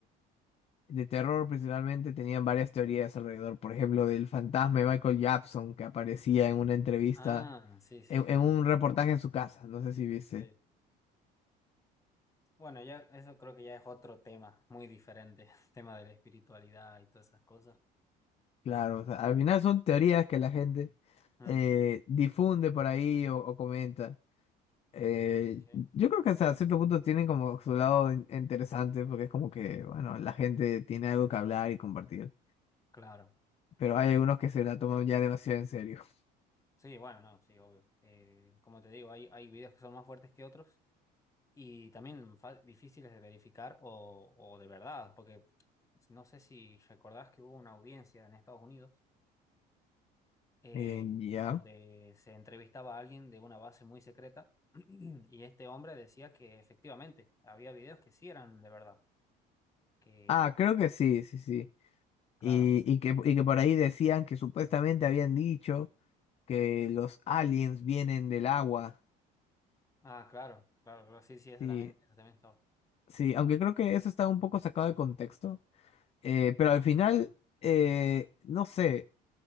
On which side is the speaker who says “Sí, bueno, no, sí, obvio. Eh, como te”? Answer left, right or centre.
Left